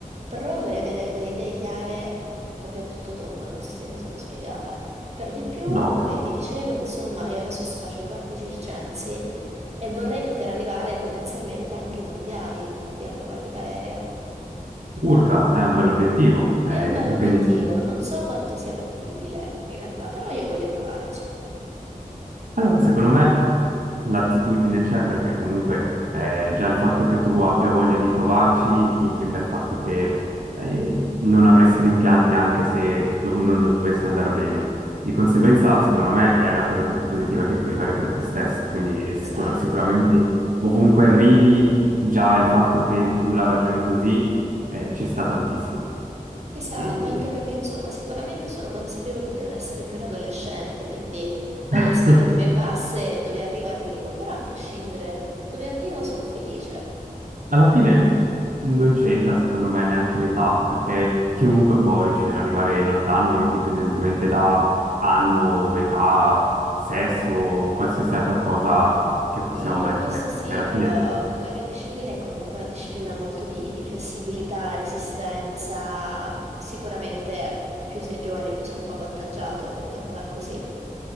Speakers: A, on the right; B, on the right.
A: però vorrei avere le idee chiare proprio a tutto tondo, non so se mi sono spiegata. Per di più,
B: No,
A: come
B: capito.
A: ti dicevo, insomma, io adesso sto facendo arti circensi e vorrei poter arrivare potenzialmente anche ai mondiali di acrobatica aerea.
B: Urca è un bell'obiettivo, è
A: È un bell'obiettivo,
B: impegnativo.
A: non so quanto sia fattibile in realtà, però io voglio provarci.
B: Allora, secondo me l'attitudine c'è perché comunque eh, già il fatto che tu abbia voglia di provarci implica il fatto che eh, non avresti rimpianti anche se dov- non dovesse andare bene. Di conseguenza, secondo me, è la cosa più positiva che puoi fare per te stesso. Quindi sicur-
A: Esatto,
B: sicuramente ovunque arrivi, già il fatto che tu la ragioni così eh, ci sta tantissimo.
A: esatto,
B: E...
A: anche perché insomma sicuramente sono consapevole di non essere più un adolescente, quindi ho
B: <laughs>
A: le aspettative basse e dove arrivo arrivo, però a prescindere dove arrivo sono felice.
B: Alla fine non c'entra secondo me neanche l'età, perché chiunque può riuscire ad arrivare lontano indipendentemente da anno, età, sesso o qualsiasi altra cosa che possiamo
A: Sì,
B: mettere.
A: questo sì,
B: Alla
A: però
B: fine.
A: la mia disciplina è comunque una disciplina molto di, di flessibilità, resistenza, sicuramente più sei giovane più sei un po' avvantaggiato, mettiamola così.